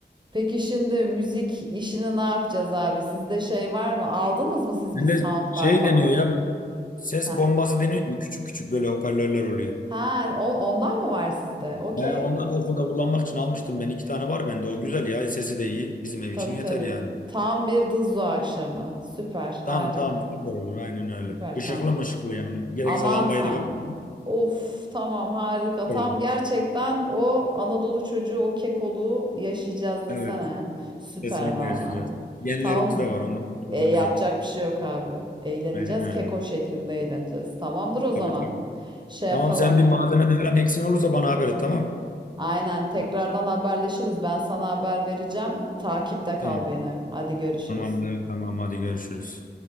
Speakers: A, on the right; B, on the left.
A: peki şimdi müzik işini ne yapacağız abi? Sizde şey var mı? Aldınız mı siz
B: Hem
A: bir soundbar
B: de şey
A: falan?
B: deniyor ya bu ses
A: Ha.
B: bombası deniyor. mu Küçük küçük böyle hoparlörler oluyor.
A: Ha, o- ondan mı var sizde? Okey.
B: Yani ondan okulda kullanmak için almıştım ben. İki tane var bende. O güzel ya. Sesi de iyi. Bizim ev
A: Tabii
B: için yeter
A: tabii.
B: yani.
A: Tam bir dızlo akşamı. Süper, harika.
B: Tam tam süper olur. Aynen öyle.
A: Süper,
B: Işıklı
A: tamam.
B: mı ışıklı yani. Gerekirse
A: Aman
B: lambayı
A: tanrım.
B: da kapatın.
A: Of tamam harika.
B: Süper
A: Tam
B: olur.
A: gerçekten o Anadolu çocuğu o kekoluğu yaşayacağız desene.
B: Evet.
A: Süper
B: Kesinlikle
A: valla.
B: yaşayacağız. Genlerimiz
A: Tamam.
B: de var. Ondan kurtuluşumuz
A: E, yapacak
B: yok.
A: bir şey yok abi. Eğleneceğiz.
B: Aynen öyle.
A: Keko şeklinde eğleneceğiz. Tamamdır o zaman.
B: Tabii tabii.
A: Şey yapalım.
B: Tamam sen bir malzemede falan eksin olursa bana haber et tamam.
A: Aynen tekrardan haberleşiriz. Ben sana haber vereceğim. Takipte kal
B: Tamam.
A: beni. Hadi görüşürüz.
B: Tamamdır. Tamam hadi görüşürüz.